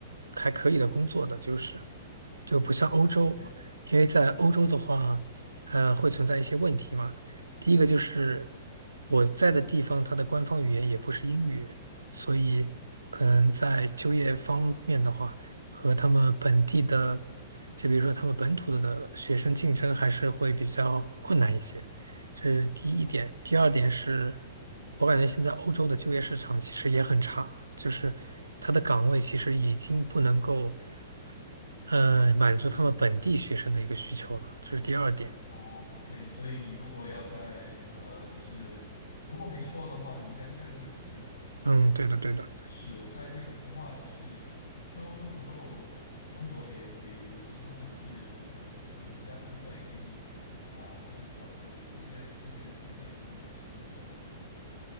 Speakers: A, on the right; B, on the left.
A: 还可以的工作的，就是就不像欧洲，
B: 啊，OK。
A: 因为在欧洲的话，呃，会存在一些问题嘛。第一个就是我在的地方，它的官方语言也不是英语，所以可能在就业方面的话。和他们本地的，就比如说他们本土的学生竞争还是会比较困难一些，这是第一点。
B: 啊。
A: 第二点是，我感觉现在欧洲的就业市场其实也很差，就是他的岗位其实已经不能够，呃，满足他们本地学生的一个需求了，这是第二点。
B: 啊，OK，所以你如果要在呃，就是如果没错的话，你应该是在瑞典对吧？
A: 嗯，对的，对的。
B: 是在瑞典的话，就是都都不够工作给给予就是他们的本地的学生。如果是加上再给你啊、就是找有有一些就业的机会，那应该是比较困难的对吧？